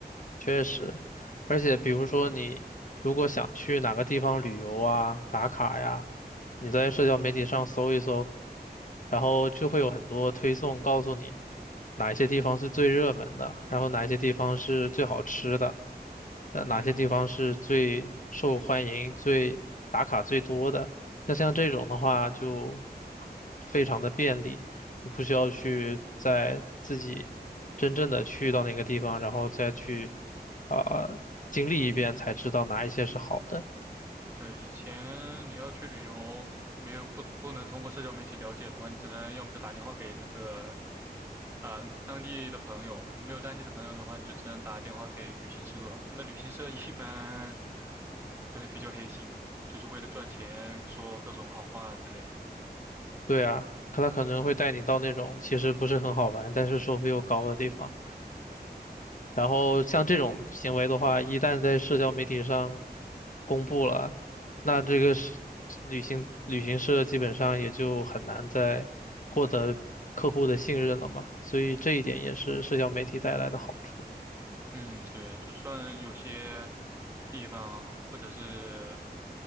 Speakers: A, on the left; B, on the right.
A: 确实，而且比如说你如果想去哪个地方旅游啊、打卡呀，你在社交媒体上搜一搜，然后就会有很多推送告诉你哪一些地方是最热门的，然后哪一些地方是最好吃的，呃，哪些地方是最受欢迎、
B: 嗯。
A: 最打卡最多的。那像这种的话就非常的便利。你不需要去在自己真正的去到那个地方，然后再去啊、呃经历一遍才知道哪一些是好的。
B: 对，以前你要去旅游，没有不不能通过社交媒体了解的话，你只能要么就打电话给那个，啊、当地的朋友。你没有当地的朋友的话，你就只能打电话给旅行社。那旅行社一般都是比较黑心的，就是为了赚钱，说各种好话之类的。
A: 对啊，可他可能会带你到那种其实不是很好玩，但是收费又高的地方。然后像这种行为的话，一旦在社交媒体上公布了，那这个是旅行旅行社基本上也就很难再获得客户的信任了嘛。所以这一点也是社交媒体带来的好处。
B: 嗯，对，就算有些地方或者是